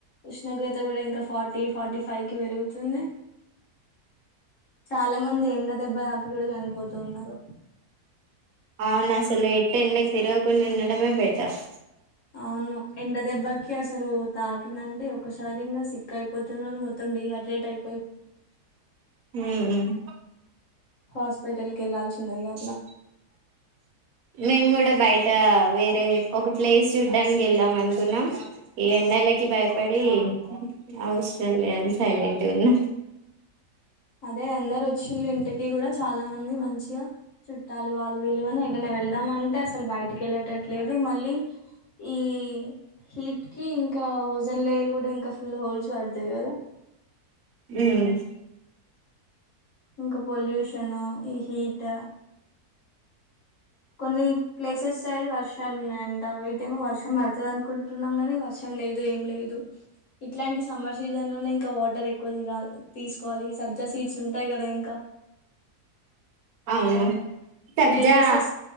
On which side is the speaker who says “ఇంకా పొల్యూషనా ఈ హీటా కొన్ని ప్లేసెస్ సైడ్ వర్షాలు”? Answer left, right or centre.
Left